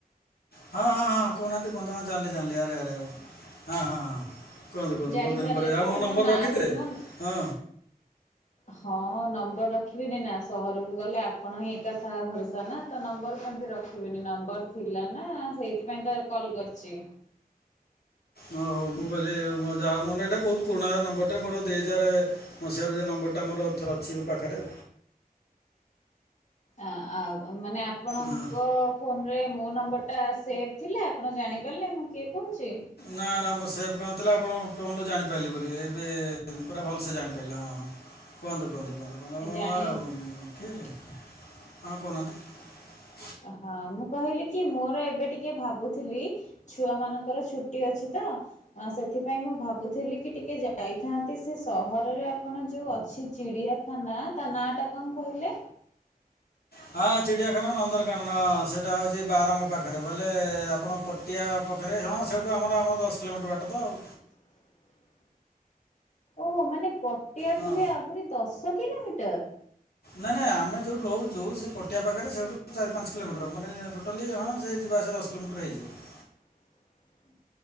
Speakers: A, on the left; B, on the left.
A: ହଁ ହଁ ହଁ କହୁନାହାନ୍ତି କୁହନ୍ତୁ ଜାଣିଲି ଜାଣିଲି ଆରେ ଆରେ ଆରେ ହଁଁହଁ ହଁ। କୁହନ୍ତୁ କୁହନ୍ତୁ
B: ଜାଣିପାରିଲେ
A: ବହୁତ ଦିନ ପରେ ଆଉ
B: ତ ମୋ
A: ନମ୍ବର
B: ନା
A: ରଖିଥିଲେ
B: ମୁ
A: ହଁ
B: ହଁ ନମ୍ବର ରଖିବିନିନା ସହରକୁ ଗଲେ ଆପଣ ହିଁ ଏକା ସାହା ଭରସା ନା ତ ନମ୍ବର କେମିତି ରଖିବିନି ନା। ନମ୍ବର ଥିଲା ନା ସେଇଥିପାଇଁ ତ କଲ କରିଚି।
A: ଓ ହ ମୁଁ କହିଲି ମ ଯାହେଉ ମାନେ ଏଇଟା ବହୁତ ପୁରୁଣା ନମ୍ବର ଟେ ମୋର ଦି ହଜାରେ ମୁଁ ସାରୁ ଯେ ନମ୍ବରଟା ମୋର ଅଛି ମୋ ପାଖରେ।
B: ଆ ଆ ମାନେ ଆପଣଙ୍କ
A: ହଁ
B: ଫୋନରେ ମୋ ନମ୍ବରଟା ସେଭ୍ ଥିଲା ଆପଣ ଜାଣିପାରିଲେ ମୁଁ କିଏ କହୁଛି?
A: ନା, ନା ମୁଁ ସେଭ କରିନଥିଲି ଆପଣ ଟୋନରୁ ଜାଣିପାରିଲି ବୋଲି ଏବେ ପୁରା ଭଲସେ ଜାଣିପାରିଲି ହଁ ହଁ। କୁହନ୍ତୁ କୁହନ୍ତୁ କୁହନ୍ତୁ କୁହନ୍ତୁ
B: ଆଜାଣି
A: ହଁ, ଠିକ୍
B: <inaudible>
A: ଅଛି। ହଁ କହୁନାହାନ୍ତି <inaudible>
B: ହଁ ମୁଁ କହିଲି କି ମୋର ଏବେ ଟିକେ ଭାବୁଥିଲି ଛୁଆ ମାନଙ୍କର ଛୁଟି ଅଛି ତ ସେଥିପାଇଁ ମୁଁ ଭାବୁଥିଲି କି ଟିକେ ଯାଇଥାନ୍ତି ସେ ସହରରେ ଆପଣ ଯୋଉ ଅଛ ଅଛି ଚିଡିଆଖାନା ତାନାଟା କଣ କହିଲେ?
A: ହଁ ଚିଡ଼ିଆଖାନା ନନ୍ଦନକାନନ ହଁ ସେଇଟା ହଉଛି ବାରଙ୍ଗ ପାଖରେ ବୋଲେ ଆପଣ ପଟିଆ ପଖ ହଁ ସେଠୁ ଆମର ଆମର ଦଶ କିଲୋମିଟର ବାଟ ତ ଆଉ।
B: <inaudible> ଓହୋ ମାନେ ପଟିଆ
A: ହଁ
B: ଠୁ ବି ଆହୁରି ଦଶ କିଲୋମିଟର?
A: ନାଇଁ ନାଇଁ ଆମେ ଯୋଉଠୁ ରହୁଛୁ ସେ ପଟିଆ ପାଖରେ ସେଠୁ ଚାରି, ପାଞ୍ଚ କିଲୋମିଟର ମାନେ ଟୋଟାଲି ହଁ ସେ ଆସ ଦଶ କିଲୋମିଟର ହେଇଯିବ। <inaudible>
B: <inaudible>